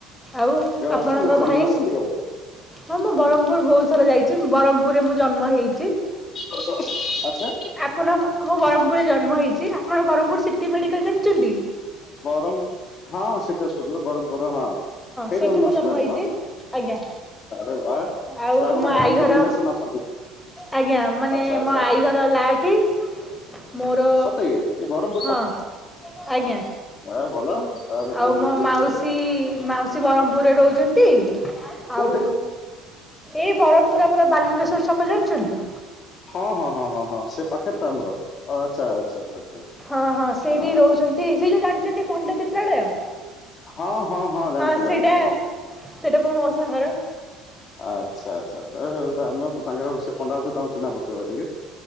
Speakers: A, in the centre; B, on the left.
A: ଆଉ ଆପଣଙ୍କ
B: ଆସଛନ୍ତି ବ୍ରହ୍ମପୁର
A: ଭାଇ?
B: ଆସଛନ୍ତି କେବେ
A: ହଁ ମୁଁ ବରହମପୁର ବହୁତ ଥର ଯାଇଚି, ବରହମ୍ପୁରେ ମୁଁ ଜନ୍ମ ହେଇଚି।
B: ଓ ଓ ହ ଆଚ୍ଛା।
A: ଆପଣ ମୁଁ ବରହମପୁରରେ ଜନ୍ମ ହେଇଚି, ଆପଣ ବରହମପୁର ସିଟି ମେଡିକାଲ ଜାଣିଚନ୍ତି?
B: ବରମ ହଁ ସିଟି ହସ୍ପିଟାଲ ବରହମପୁର। ମ୍ପୁର ହଁ ସେଇଠୀ
A: ସେଠି
B: ଜନ୍ମ
A: ମୁଁ
B: ହେଇଚନ୍ତି ଆପଣ?
A: ହେଇଛି ଆଜ୍ଞା।
B: ଆରେ ବା ହେଲେ
A: ଆଉ
B: ଆପଣ
A: ମୋ
B: ବରମପୁର
A: ଆଈ ଘର
B: ରିଲେସନ ଅଛନ୍ତି।
A: ଆଜ୍ଞା ମାନେ
B: ଆଚ୍ଛା ଆଚ୍ଛା
A: ମୋ ଆଈ
B: ଆଚ୍ଛା
A: ଘର ଲାଠି। ମୋର
B: ସତେ କି ଏ ବ୍ରହ୍ମପୁର
A: ହଁ ଆଜ୍ଞା।
B: ଏ ଭଲ। ତାହେଲେ
A: ଆଉ
B: ବହୁତ
A: ମୋ
B: ଭଲ ଜିନିଷଟେ
A: ମାଉସୀ ମାଉସୀ ବରହମ୍ପୁର ରେ ରହୁଚନ୍ତି। ଆଉ
B: କୋଉଠି
A: ଏଇ ବରହମପୁର ଆମର ବାଲୁଙ୍କେଶ୍ୱର ଛକ ଜାଣିଚନ୍ତି?
B: ହଁ ହଁ ହଁ ହଁ ହଁ ସେ ପାଖରେ ତ ଆମର ଆଚ୍ଛା ଆଚ୍ଛା। ଆଚ୍ଛା ଆଚ୍ଛା
A: ହଁ ହଁ ସେଇଠି
B: ଆ,
A: ରହୁଚନ୍ତି ସେ ଯୋଉ ଜାଣିଚନ୍ତି ପଣ୍ଡା ଚିତ୍ରାଳୟ?
B: ହଁ ଜାଣିଛୁ
A: ହଁ ସେଇଟା
B: ଜାଣିଛୁ ଜାଣିଛୁ
A: ସେଇଟା ମୋ ମଉସା ଙ୍କର।
B: ଆଚ୍ଛା ଆଚ୍ଛା ଆଚ୍ଛା ଆରେ ଆମ ତାଙ୍କ ସେ ପଣ୍ଡା ଙ୍କ ସହ ସେ ଆମ ଚିହ୍ନା ପରିଚୟ ବା ଟିକେ।